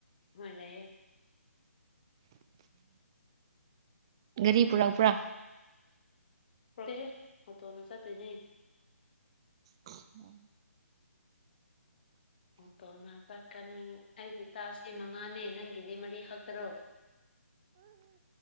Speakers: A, on the left; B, on the right.
A: ꯍꯣꯏ ꯂꯩꯌꯦ
B: ꯒꯥꯔꯤ ꯄꯨꯔꯛꯄ꯭ꯔ
A: ꯄꯨꯔꯛꯇꯦ ꯍꯦ ꯑꯣꯇꯣꯅ ꯆꯠꯇꯣꯏꯅꯤ
B: ꯈꯥ ꯑ
A: ꯑꯣꯇꯣꯅ ꯆꯠꯀꯅꯤ ꯑꯩꯒꯤ ꯇꯥꯁ꯭ꯛ ꯗꯤ ꯃꯉꯥꯅꯤ ꯅꯪꯒꯤꯗꯤ ꯃꯔꯤꯈꯛ ꯇ ꯔꯣ